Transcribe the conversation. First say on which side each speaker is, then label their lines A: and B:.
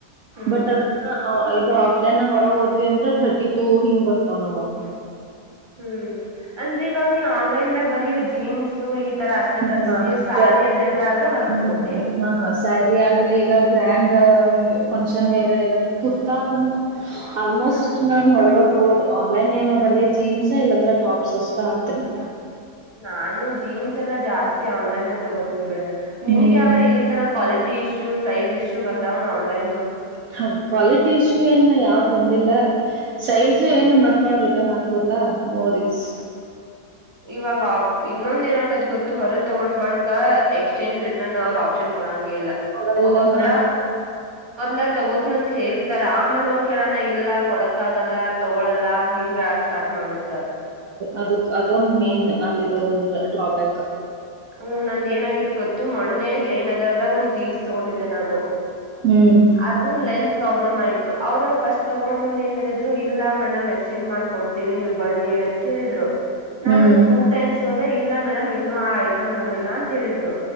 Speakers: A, on the right; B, on the right.
A: ಹ್ಮ್
B: ಬಟ್ ಅದ <unintelligible> ಆಫ್ಲೈನ್ ಹೊರ ಹೋದ್ವಿ ಅಂದ್ರ ತರ್ಟಿ ಟು ಹಿಂಗ್ ಬರ್ತಾವ ನಮ್ಮವು
A: ಹ್ಮ್ ಅಂದ್ರೆ ಇವಾಗ ನೀ ಆನ್ಲೈನ್ದ ಬರೀ ಜೀನ್ಸು <unintelligible>
B: <unintelligible>
A: ತರಿಸ್ತೀವಿ ಸಾರಿ ಅದು ಎಲ್ಲ ಆದ್ರ ಹೊರಗ್ ತಗೋತಿ
B: ಸ್ಯಾರಿ ಆಗ್ಲಿ ಇಲ್ಲ ಗ್ರ್ಯಾಂಡ್ ಫಂಕ್ಷನ್ ವೆರ್ ಇಲ್ಲಂದ್ರೆ ಕುರ್ತಾ <unintelligible> ಆಲ್ಮೋಸ್ಟ್
A: ಹಾ
B: ನಾನು <unintelligible> ತಗೊಳ್ಳೋದು ಆನ್ಲೈನ್ ಏನ ಬರೀ ಜೀನ್ಸ್ ಇಲ್ಲಾಂದ್ರೆ ಟಾಪ್ಸ್ ಅಷ್ಟ ಆಕ್ತಿನಿ
A: ನಾನು ಜೀನ್ಸ್ ಎಲ್ಲಾ ಜಾಸ್ತಿ ಆನ್ಲೈನ್ <unintelligible> ತಗೋತಿನ್ಬಿಡು ನಿನಗೆ
B: ಹ್ಮ್
A: ಯಾವಾರ ಇಲ್ಲಿ ತನ ಕ್ವಾಲಿಟಿ ಇಶ್ಯೂ ಸೈಜ್ ಇಶ್ಯೂ ಬಂದವೇನು ಆನ್ಲೈನ್ ದು
B: <unintelligible> ಕ್ವಾಲಿಟಿ ಇಶು ಏನ್ ಯಾವ್ದ್ ಬಂದಿಲ್ಲ ಸೈಜು ಏನ್ ಮತ್ ನಾವ್ ರಿಟರ್ನ್ ಹಾಕ್ಬೋಡ್ಲಾ ನೋ ವರಿಸ್
A: ಇವಾಗ ಇನ್ನೊಂದ ಏನ್ ಆಕದ್ ಗೊತ್ತು ಹೊರ ತಗೊಂಡ್ ಬಳಕ ಎಕ್ಸ್ಚೇಂಜ್ ರಿಟರ್ನ್ ಅವ್ರ ಆ <unintelligible> ಕೊಡಾಂಗೆ ಇಲ್ಲ
B: ಕೊಡಲ್ಲ
A: ಒಬ್ಬೊಬ್ರ
B: ಹಾ
A: ಮೊದ್ಲ ತಗೋತ್ನ ಅಂತ ಹೇರ್ತಾರ ಆಮೇಲೆ ಹೋಗ್ ಕೇಳಣ ಇಲ್ಲ <unintelligible> <unintelligible> ಆಗಲ್ಲ ತಗೊಳಲ್ಲಾ ಹಿಂಗೇಳಾಕ ಸ್ಟಾರ್ಟ್ ಮಾಡ್ಬಿಡ್ತಾರ
B: ಅದಕ್ ಅದೊಂದ್ ಮೇನ್ ಅಲ್ಲಿ ಇರೋದಂದ್ರ ಡ್ರಾಬ್ಯಾಕ್
A: ಹ್ಮ್ ನಂದ ಏನಾಗಿತ್ ಗೊತ್ತು ಮೊನ್ನೆ ಜಯನಗರದಾಗ ಒಂದ್ ಜೀನ್ಸ್ ತಗೊಂಡಿದ್ದೆ ನಾನು
B: ಹ್ಮ್
A: ಅದು ಲೆಂತ್ ಪ್ರಾಬ್ಲಮ್ ಆಯ್ತು ಅವ್ರ ಫಸ್ಟ್ ತಗೊಳ್ ಮುಂದ್ ಏನ್ ಹೇಳಿದ್ರು ಇಲ್ಲ ಮೇಡಮ್ ಎಕ್ಸ್ಚೇಂಜ್ ಮಾಡ್ಕೊಡ್ತೀವಿ ನೀವು ಬನ್ನಿ ಅಂತ ಹೇಳಿದ್ರು ನಾನೊಂದ್
B: ಹ್ಮ್
A: ಟೂ ಟೈಮ್ಸ್ ಹೋದೆ ಇಲ್ಲ ಮೇಡಮ್ ಇನ್ನು ಆ ಐಟಮ್ ಬಂದಿಲ್ಲ ಅಂತ ಹೇಳಿದ್ರು